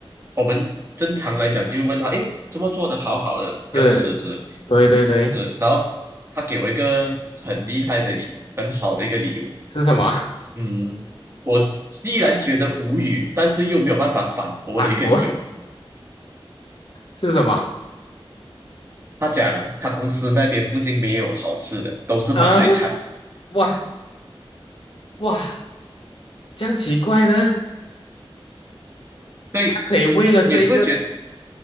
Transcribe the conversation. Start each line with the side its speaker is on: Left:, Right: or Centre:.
Right: 我们正常来讲就问他，诶，怎么做得好好的要辞职？
Left: 是，对对对，
Right: 呃，然后他给我一个很厉害的理，很好的一个理由。
Left: 是什么？<laughs>
Right: 嗯，我依然觉得无语，但是又没有办法反驳的一个理由。
Left: 反驳是什么？
Right: 他讲他公司那边附近没有好吃的，都是马来餐。
Left: 嗯，哇哇，这样奇怪的，
Right: 对，
Left: 他可以为了这一个
Right: 你是不是觉得？